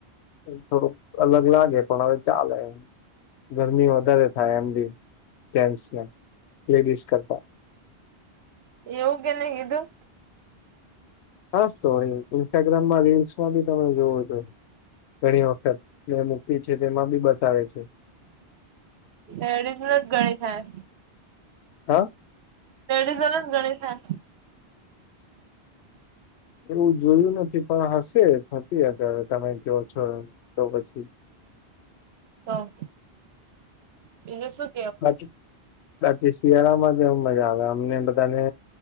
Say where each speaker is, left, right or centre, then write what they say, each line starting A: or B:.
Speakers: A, on the left; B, on the right.
A: થોડુંક અલગ લાગે પણ હવે ચાલે ગરમી વધારે થાય એમ બી જેન્ટસને લેડીસ કરતા
B: એવું કેને હિધૂ
A: હાસ તો ઇન્સ્ટાગ્રામમાં રીલ્સમાં બી તમે જોવો છો ઘણી વખત મે મૂકી છે તેમાં બી બતાવે છે.
B: એડી ના જ ગણી થાય
A: હા.
B: લેડીઝોને જ ઘણી થાય
A: એવું જોયું નથી પણ હશે થતી હસે તમે ક્યો છો એમ તો પછી
B: તો એટલે સુું?
A: બાકી બાકી શિયાળા માં જેવુ મજા આવે અમને બધાને